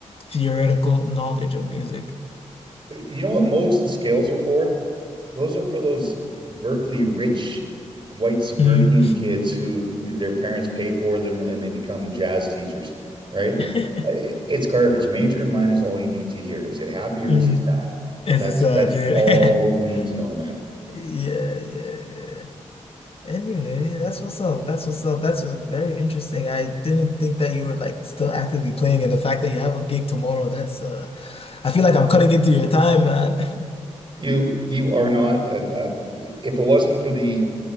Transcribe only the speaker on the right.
you know what modes and scales are for? Those are for those Berkeley rich white suburban
kids who their parents pay for them and they become jazz teachers, right?
Uh, It's garbage. Major and minor is all you need to hear. Is it happy or
is it sad?
That's
that's
all you need
to know, man.
You you are not. Uh, uh, if it wasn't for the